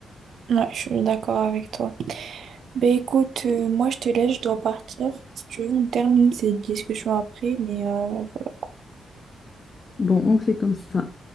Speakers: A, on the right; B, on the left.
A: Ouais, je suis d'accord avec toi. Ben écoute, euh, moi je te laisse, je dois partir. Si tu veux, on termine cette discussion après, mais euh, voilà.
B: Bon, on fait comme ça.